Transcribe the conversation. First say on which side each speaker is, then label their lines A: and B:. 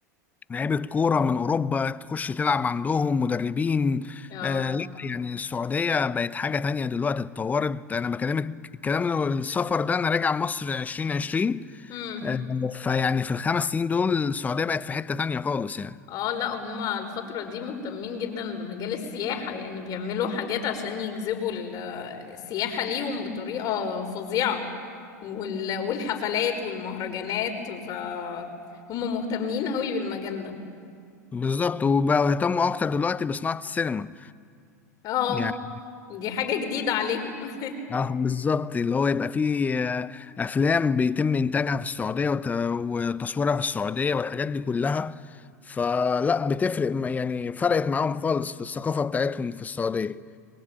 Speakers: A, on the left (about 15°); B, on the left (about 45°).
A: لعيبة كورة من أوروبا تخش تلعب عندهم مدربين
B: اه
A: آه لا يعني السعودية بقت حاجة تانية دلوقتي اتطورت أنا بكلمك الكلام السفر ده أنا راجع مصر 2020
B: امم
A: آه، فيعني في الخمس سنين دول السعودية بقت في حتة تانية خالص يعني
B: اه لا هما الفترة دي مهتمين جدا بمجال السياحة يعني بيعملوا حاجات عشان يجذبوا ال- السياحة ليهم بطريقة فظيعة وال- والحفلات والمهرجانات ف هم مهتمين قوي بالمجال ده
A: بالظبط وبقوا يهتموا أكتر دلوقتي بصناعة السينما
B: اه
A: يعني
B: دي حاجة جديدة عليهم <laughs>
A: اه بالظبط اللي هو يبقى فيه آه، أفلام بيتم إنتاجها في السعودية وت- وتصويرها في السعودية والحاجات دي كلها فلا بتفرق م- يعني فرقت معاهم خالص في الثقافة بتاعتهم في السعودية